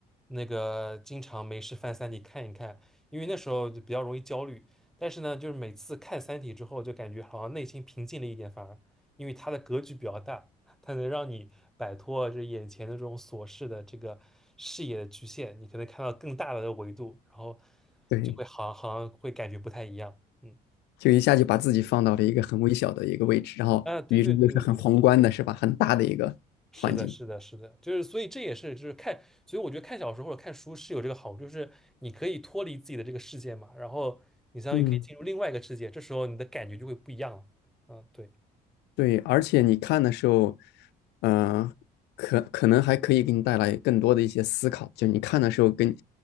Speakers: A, in the centre; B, on the left.
A: 那个经常没事翻《三体》看一看，因为那时候就比较容易焦虑。但是呢，就是每次看《三体》之后，就感觉好像内心平静了一点，反而因为它的格局比较大，它能让你摆脱这眼前的这种琐事的这个视野的局限，你可能看到更大的维度，然后
B: 对，
A: 就会好像好像会感觉不太一样。嗯，
B: 就一下就把自己放到了一个很微小的一个位置，然后于是又是很宏观的，
A: 啊，对对对对对。
B: 是吧？很大的一个环境。
A: 是的，是的，是的，就是所以这也是就是看，所以我觉得看小说或者看书是有这个好处，就是你可以脱离自己的这个世界嘛，然后你相当于可以进入另外一个世界，
B: 嗯，
A: 这时候你的感觉就会不一样了。嗯，对，
B: 对，而且你看的时候，嗯、可可能还可以给你带来更多的一些思考，就你看的时候跟